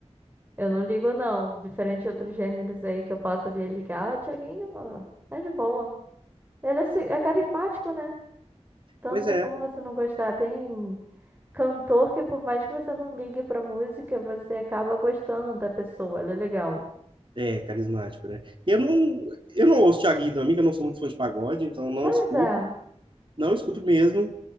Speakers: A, on the right (about 15°); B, on the right (about 45°).
A: eu não ligo, não. Diferente de outros gêneros aí que eu possa vir ligar, o Thiaguinho ó, é de boa. Ele é, assim, é carismático, né? Então
B: Pois
A: não tem
B: é.
A: como você não gostar. Tem cantor que, por mais que você não ligue pra música, você acaba gostando da pessoa. Ele é legal.
B: É, carismático, né? Eu não, eu não ouço Thiaguinho também, que eu não sou muito fã de pagode, então eu não
A: Pois
B: escuto,
A: é,
B: não escuto mesmo.